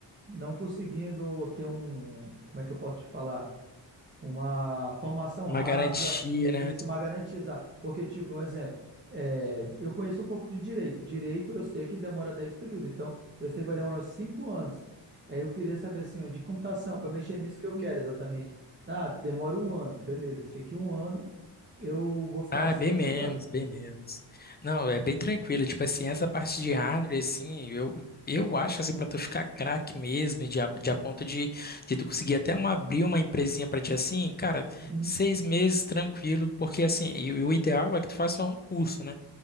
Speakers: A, on the right; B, on the left.
A: não conseguindo ter um, como é que eu posso te falar? uma formação
B: Uma
A: rápida,
B: garantia, né?
A: isso, uma garantizada. Porque, tipo, um exemplo, é, eu conheço um pouco de direito. Direito eu sei que demora 10 períodos, então eu sei que vai demorar uns 5 anos. Aí eu queria saber, assim, ó, de computação, para mexer nisso que eu quero exatamente. Ah, demora um ano, beleza, eu sei que um ano eu vou ficar
B: Ah,
A: só
B: é bem
A: estudando.
B: menos, bem menos. Não, é bem tranquilo. Tipo assim, essa parte de hardware, assim, eu, eu acho assim, pra tu ficar craque mesmo, e de, a- de a ponto de, de tu conseguir até uma, abrir uma empresinha pra ti assim, cara,
A: Uhum,
B: seis meses tranquilo, porque assim, e, o e o ideal é que tu faça um curso, né?